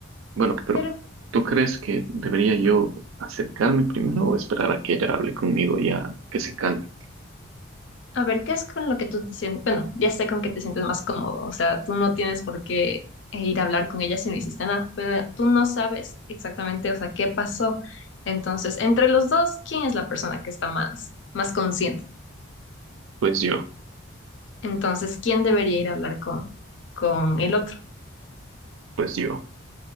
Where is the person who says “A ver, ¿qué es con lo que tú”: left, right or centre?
Left